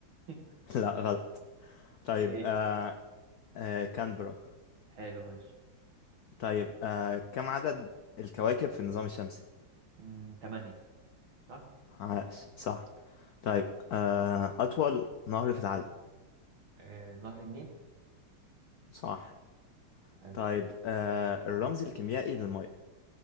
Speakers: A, on the right; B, on the left.
A: <laughs>
B: <laughs> لا غلط طيب
A: ايه
B: آه آه كانبرا
A: حلو ماشي
B: طيب آه كم عدد الكواكب في النظام الشمسي
A: مم... تمانية صح
B: عاش صح طيب آه أطول نهر في العالم
A: آه... نهر النيل
B: صح
A: حلو
B: طيب آه الرمز الكيميائي للمية